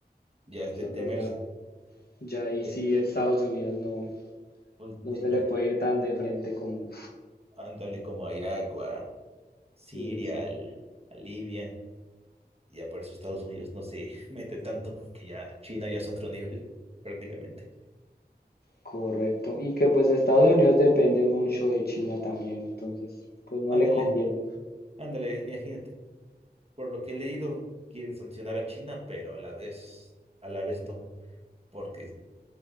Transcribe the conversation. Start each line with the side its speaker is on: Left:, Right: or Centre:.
Right: ya es de
Left: Claro,
Right: temerse.
Left: ya, ya ahí
Right: Y,
Left: sí Estados Unidos no,
Right: pues, de
Left: no se le puede ir tan de frente como...
Right: ándale como a Irak o a Siria,
Left: Exacto,
Right: al- a Libia. Ya por eso Estados Unidos no se <laughs> mete tanto, porque ya China ya es otro nivel, <laughs> prácticamente.
Left: correcto. Y que pues Estados Unidos depende mucho de China también, entonces pues no
Right: Ándale,
Left: le conviene.
Right: ándale, imagínate. Por lo que he leído, quieren sancionar a China, pero a la vez, a la vez no, porque